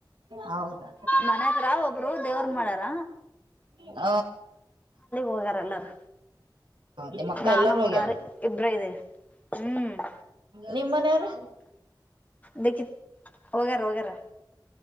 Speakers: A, on the right (about 75°); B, on the left (about 20°).
A: ಹೌದಾ
B: ಮನೆ ಹತ್ರ ಒಬ್ರು ದೇವ್ರ ಮಾಡಾರ.
A: <inaudible>
B: ಹೋಗ್ಯಾರ ಎಲ್ಲಾರು
A: ನಿಮಕ್ಕ
B: ನಾನು
A: ಎಲ್ಲಾರು ಹೋಗ್ಯಾರ.
B: ಮುರಾರಿ ಇಬ್ರ ಇದೀವಿ ಹ್ಮ್.
A: ನಿಮ್ಮನೇವರು.
B: ಬೇಕಿ ಹೋಗ್ಯಾರ ಹೋಗ್ಯಾರ